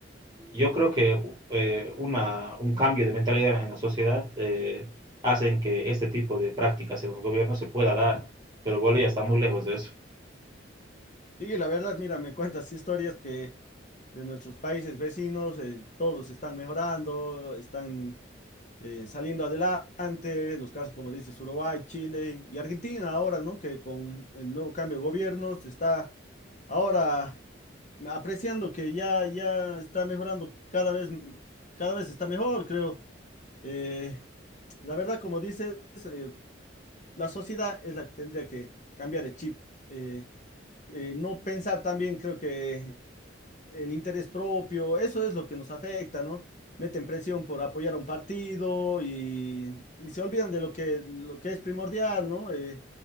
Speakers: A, on the right; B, on the left.
A: yo creo que eh, una, un cambio de mentalidad en la sociedad eh, hacen que este tipo de prácticas en los gobiernos se pueda dar, pero Bolivia está muy lejos de eso.
B: Sí, la verdad, mira, me cuentas historias que de nuestros países vecinos, eh, todos están mejorando, están eh, saliendo adelante, los casos como dices, Uruguay, Chile y Argentina ahora, ¿no? Que con el nuevo cambio de gobierno se está ahora apreciando que ya, ya está mejorando cada vez, cada vez está mejor, creo. Eh, la verdad, como dices, eh, la sociedad es la que tendría que cambiar el chip. Eh, eh, no pensar también, creo que el interés propio, eso es lo que nos afecta, ¿no? Meten presión por apoyar a un partido y, y se olvidan de lo que, lo que es primordial, ¿no? Eh,